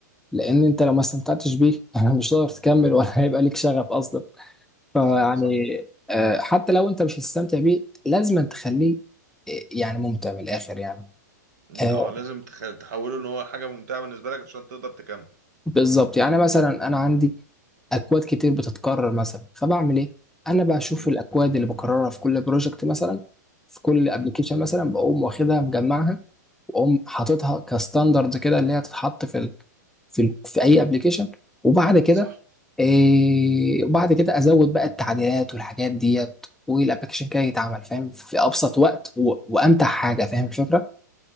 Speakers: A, in the centre; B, on the right.
A: لان انت لو ما استمتعتش بيه <laughs> مش هتقدر تكمل ولا هيبقى ليك شغف اصلا فيعني
B: صح صح
A: آه، حتى لو انت مش هتستمتع بيه لازم تخليه آه، يعني ممتع من الاخر يعني آه،
B: اه لازم تخ- تحوله ان هو حاجة ممتعة بالنسبة لك عشان تقدر تكمل
A: بالظبط يعني مثلا انا عندي اكواد كتير بتتكرر مثلا فبعمل ايه انا بشوف
B: مم.
A: الاكواد اللي بكررها في كل بروجكت مثلا في كل
B: مم.
A: ابلكيشن مثلا بقوم واخدها مجمعها واقوم حاططها كستاندرد كده اللي هي تتحط في في ال- في اي ابلكيشن وبعد كده
B: صح
A: إيه وبعد كده ازود بقى التعديلات والحاجات ديت والابلكيشن كده يتعمل فاهم في ابسط وقت و- وامتع حاجه فاهم الفكره